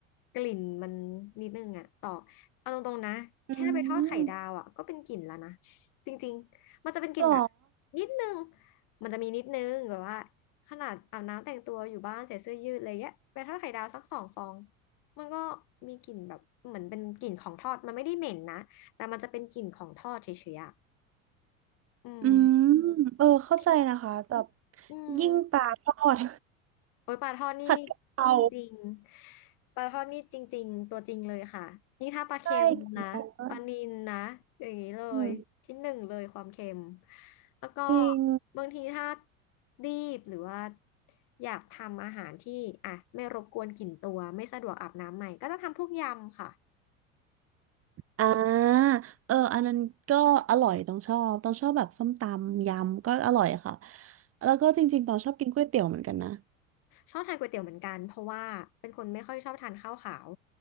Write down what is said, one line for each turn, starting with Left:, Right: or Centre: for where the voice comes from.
Left: กลิ่นมันนิดนึงอะต่อเอาตรงๆนะแค่ไปทอดไข่ดาวอะก็เป็นกลิ่นแล้วนะ
Right: อืม
Left: จริงๆมันจะเป็นกลิ่นแบบ
Right: หรอ
Left: นิดนึงมันจะมีนิดนึงแบบว่าขนาดอาบน้ำแต่งตัวอยู่บ้านใส่เสื้อยืดอะไรเงี้ยไปทอดไข่ดาวสักสองฟองมันก็มีกลิ่นแบบเหมือนเป็นกลิ่นของทอดมันไม่ได้เหม็นนะ แต่มันจะเป็นกลิ่นของทอดเฉยๆอะอืม
Right: อืมเออ เข้าใจนะคะแบบ
Left: บางทีอืม
Right: ยิ่งปลาทอด
Left: โอ๊ยปลาทอดนี่
Right: <laughs> ผัดกะเพรา
Left: จริงๆปลาทอดนี่จริงๆ ตัวจริงเลยค่ะนี่ถ้าปลาเค็มนะปลานิลนะอย่างนี้เลยที่หนึ่งเลยความเค็ม
Right: ใช่กะเพราอะอืม
Left: แล้วก็
Right: จริง
Left: บางทีถ้ารีบหรือว่าอยากทำอาหารที่อ่ะไม่รบกวนกลิ่นตัวไม่สะดวกอาบน้ำใหม่ก็จะทำพวกยำค่ะ
Right: อ่าเอออันนั้นก็อร่อยต้องชอบ ต้องชอบแบบส้มตำยำก็อร่อยค่ะ แล้วก็จริงๆต้องชอบกินก๋วยเตี๋ยวเหมือนกันนะ
Left: ชอบทานก๋วยเตี๋ยวเหมือนกันเพราะว่าเป็นคนไม่ค่อยชอบทานข้าวขาว